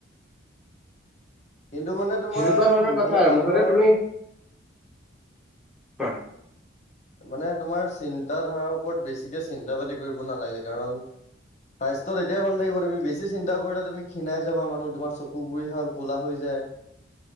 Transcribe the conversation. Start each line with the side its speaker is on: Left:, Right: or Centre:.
Left: কিন্তু মানে তোমাৰ,
Centre: সেনেকুৱা ধৰণৰ কথা
Left: মানে
Centre: আৰু
Left: মানুহৰ
Centre: মুঠতে তুমি কোৱা।
Left: মানে তোমাৰ চিন্তা ধাৰাৰ ওপৰত বেছিকে চিন্তা পাতি কৰিব নালাগে, কাৰণ স্বাস্থ্য তেতিয়াহে ভাল থাকিব, তুমি বেছি চিন্তা কৰিলে তুমি ক্ষিনাই যাবা, মানে তোমাৰ চকু গুৰি হাল ক'লা হৈ যায়।